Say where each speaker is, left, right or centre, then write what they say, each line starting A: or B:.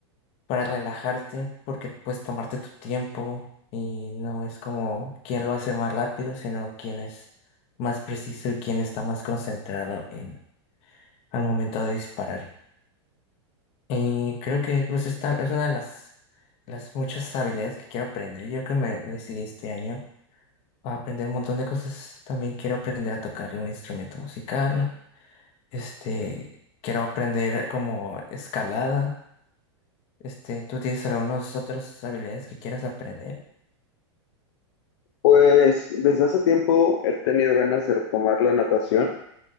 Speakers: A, on the left; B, on the left.
A: para relajarte, porque puedes tomarte tu tiempo y no es como quién lo hace más rápido, sino quién es más preciso y quién está más concentrado en, al momento de disparar. Y creo que pues, esta es una de las, las muchas habilidades que quiero aprender. Yo creo que me decidí este año a aprender un montón de cosas. También quiero aprender a tocar un instrumento musical. Este, quiero aprender como escalada. Este, ¿tú tienes algunas otras habilidades que quieras aprender?
B: Pues desde hace tiempo he tenido ganas de retomar la natación,